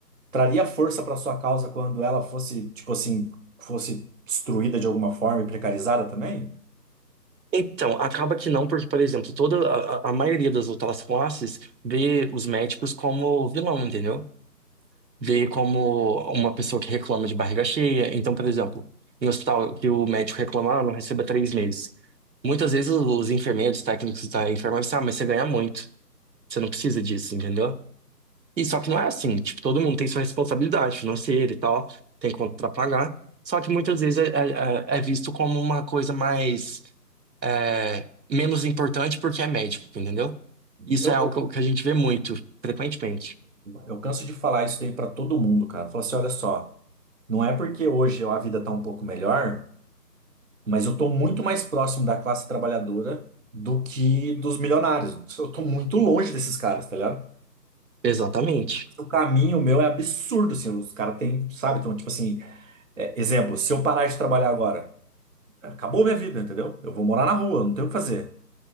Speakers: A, on the right; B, on the right.
A: traria força para sua causa quando ela fosse, tipo assim, fosse destruída de alguma forma e precarizada também?
B: Então, acaba que não, porque, por exemplo, toda a, a- a maioria das outras classes vê os médicos como vilão, entendeu? Vê como uma pessoa que reclama de barriga cheia. Então, por exemplo, em hospital que o médico reclama, ah, não receba três meses. Muitas vezes os enfermeiros, técnicos da enfermagem, ah, mas você ganha muito. Você não precisa disso, entendeu? E só que não é assim. Tipo, todo mundo tem sua responsabilidade financeira e tal, tem conta pra pagar. Só que muitas vezes é é- é- é visto como uma coisa mais é, menos importante porque é médico, entendeu? Isso
A: Eu,
B: é algo
A: eu
B: que a gente vê muito, frequentemente.
A: Eu canso de falar isso daí pra todo mundo, cara. Falar assim, olha só, não é porque hoje a vida tá um pouco melhor, mas eu tô muito mais próximo da classe trabalhadora do que dos milionários. Eu tô muito longe desses caras, tá ligado?
B: Exatamente.
A: O caminho meu é absurdo, assim, os caras têm, sabe? Então, tipo assim, é, exemplo, se eu parar de trabalhar agora, acabou minha vida, entendeu? Eu vou morar na rua, não tenho o que fazer.